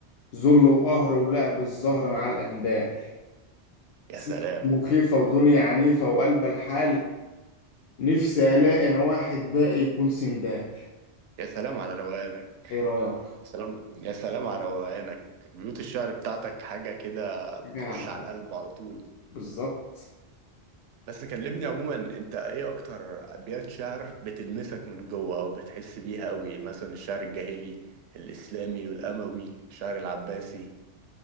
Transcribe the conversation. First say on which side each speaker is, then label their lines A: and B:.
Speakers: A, on the left (about 65°); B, on the right (about 80°).
A: ذل وقهر ولعب الزهر مع الأندال ست
B: يا سلام
A: مخيفة ودنيا عنيفة وقلب الحال نفسي ألاقي أنا واحد باقي يكون سندال
B: يا سلام على روقانك
A: إيه رأيك؟
B: يا سلام يا سلام على روقانك بيوت الشعر بتاعتك حاجة كده بتخش
A: حاجة
B: على القلب على طول
A: بالظبط
B: بس كلمني عموما انت ايه اكتر ابيات شعر بتلمسك من جوه او بتحس بيها قوي مثلا الشعر الجاهلي الاسلامي والاموي الشعر العباسي